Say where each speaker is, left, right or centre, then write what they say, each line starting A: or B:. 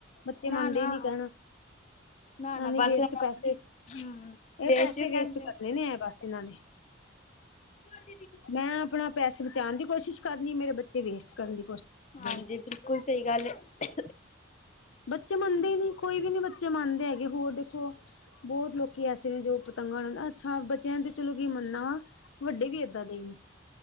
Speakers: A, on the left; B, on the left.
A: ਬੱਚੇ
B: ਨਾ
A: ਮੰਨਦੇ
B: ਨਾ,
A: ਹੀ ਨੀ ਕਹਿਣਾ
B: ਨਾ ਨਾ
A: ਐਵੇਂ
B: ਬਸ
A: ਵੇਸਟ
B: ਇਨਾ ਆਪਣੀ
A: ਪੈਸੇ
B: ਹਮ, ਹਮ
A: ਇਹ
B: ਹ
A: ਪੈਸੇ ਵੇਸਟ ਕਰਨੇ ਨੇ ਬਸ ਇਹਨਾਂ ਨੇ
B: <unintelligible>
A: ਮੈਂ ਆਪਣਾ ਪੈਸੇ ਬਚਾਣ ਦੀ ਕੋਸ਼ਿਸ਼ ਕਰਨੀ, ਮੇਰੇ ਬੱਚੇ ਵੇਸਟ ਕਰਨ ਦੀ ਕੋਸ਼ਿਸ਼ ਕਰਦੇ
B: ਹਾਂਜੀ
A: ਨੇ।
B: ਬਿਲਕੁਲ ਸਹੀ ਗੱਲ ਐ।
A: ਬੱਚੇ ਮੰਨਦੇ ਈ ਨਈ, ਕੋਈ ਵੀ ਨੀ ਬੱਚੇ ਮੰਨਦੇ ਹੈਗੇ, ਹੋਰ ਦੇਖੋ। ਬਹੁਤ ਲੋਕੀ ਐਸੇ ਨੇ ਜੋ ਪਤੰਗਾਂ, ਅੱਛਾ ਬੱਚਿਆਂ ਦੇ। ਚਲੋ ਕੀ ਮੰਨਨਾ ਵਾ, ਵੱਡੇ ਵੀ ਏਦਾਂ ਦੇਈ ਨੇ।